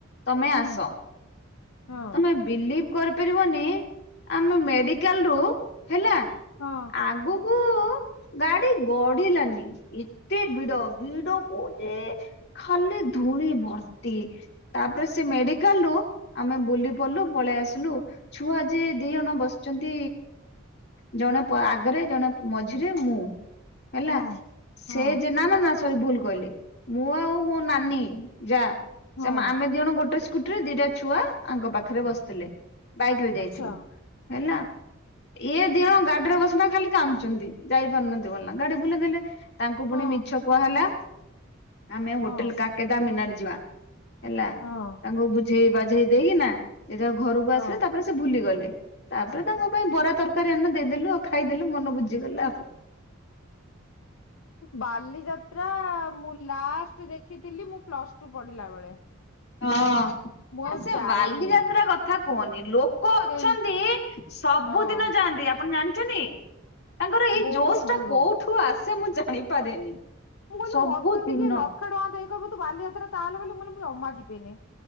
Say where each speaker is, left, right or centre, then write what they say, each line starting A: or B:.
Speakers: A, on the left; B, on the left.
A: ତମେ
B: ହୁଁ
A: ଆସ
B: ହଁ
A: ତମେ ବିଲିଭ କରିପାରିବନି ଆମେ ମେଡିକାଲ ରୁ ହେଲା
B: ହଁ
A: ଆଗକୁ ଗାଡି ଗଢିଲାନି। ଏତେ ଭିଡ଼ ଭିଡ଼ କୁ ଯେ ଖାଲି ଧୂଳି ଭର୍ତ୍ତି ତା ତାପରେ ସେ ମେଡିକାଲ ରୁ ଆମେ ବୁଲି ପଡିଲୁ ପଳେଇ ଆସିଲୁ ଛୁଆ ଯେ ଦି ଜଣ ବସିଛନ୍ତି। ଜଣେ ପ ଆଗରେ ଜଣେ ମଝିରେ ମୁଁ ହେଲା
B: ହଁ
A: ସେ
B: ହଁ
A: ଯେ ନା ନା। ସରୀ ଭୁଲ କହିଲି ମୁଁ ଆଉ ମୋ ନାନୀ ଯା
B: ହଁ
A: ସେ ଆମେ ଦି ଜଣ ଗୋଟେ ସ୍କୁଟିରେ ଦିଟା ଛୁଆ ଆଙ୍କ ପାଖରେ ବସିଥିଲେ ବାଇକ୍ ରେ ଯାଇଥିଲୁ
B: ଆଚ୍ଛା
A: ହେଲା। ଇଏ ଦିଅଣ ଗାଡିରେ ବସନା ଖାଲି କାନ୍ଦୁଛନ୍ତି ଯାଇପାରୁନାହାନ୍ତି ବୋଲନା ନା ଗାଡି ବୁଲେଇ ଦେଲେ। ତାଙ୍କୁ
B: ହଁ
A: ପୁଣି ମିଛ କୁହା ହେଲା। ଆମେ ହୋଟେଲ
B: ହଁ
A: କାକେଦାମିନାର ଯିବା ହେଲା
B: ହଁ
A: ତାଙ୍କୁ ବୁ ବୁଝେଇ ବାଝେଇ ଦେଇକି ନା ସେ ଘରକୁ
B: ହଁ।
A: ଆସିଲେ ତାପରେ ସେ ଭୁଲିଗଲେ। ତାପରେ ତାଙ୍କ ପାଇଁ ବରା ତରକାରୀ ଆମେ ଦେଇଦେଲୁ ଆଉ ଖାଇଦେଲୁ ମନ ବୁଝ <unintelligible>
B: ବାଲିଯାତ୍ରା ମୁଁ ଲାଷ୍ଟ ଦେଖିଥିଲି ମୁଁ ପ୍ଲସ ଟୁ ପଢିଲା ବେଳେ।
A: ହଁ
B: ମୁଁ ଆଉ
A: ସେ
B: ଯାଏନି
A: ବାଲିଯାତ୍ରା କଥା କୁହନି ଲୋ ଲୋକ
B: ସେ
A: ଅଛନ୍ତି ସବୁଦିନ
B: ହଁ
A: ଯାଆନ୍ତି ଆପଣ ଜାଣିଛନ୍ତି? ତାଙ୍କର ଏଇ
B: ବହୁତ
A: ଜୋସ୍
B: ଭିଡ।
A: ଟା କୋଉଠୁ ଆସେ ମୁଁ ଜାଣିପାରେନି।
B: ମୁଁ କହିଲି
A: ସବୁଦିନ
B: ମତେ ଯଦି କିଏ ଲକ୍ଷ ଟଙ୍କା ଦେଇକବ ତୁ ବାଲିଯାତ୍ରା ଚାଲେ ବୋଲି ମୁ କହିଲି ମୁ ଜମା ଯିବିନି।